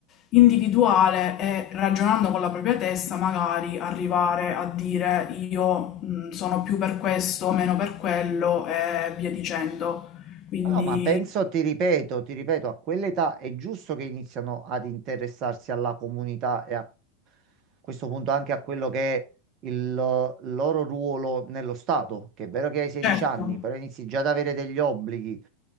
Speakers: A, on the left; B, on the right.
A: individuale e ragionando con la propria testa magari arrivare a dire io mh, sono più per questo, meno per quello e via dicendo. Quindi,
B: No, ma penso, ti ripeto, ti ripeto, a quell'età è giusto che iniziano ad interessarsi alla comunità e a questo punto anche a quello che è il loro ruolo nello Stato, che è vero che hai 16
A: certo,
B: anni, però inizi già ad avere degli obblighi,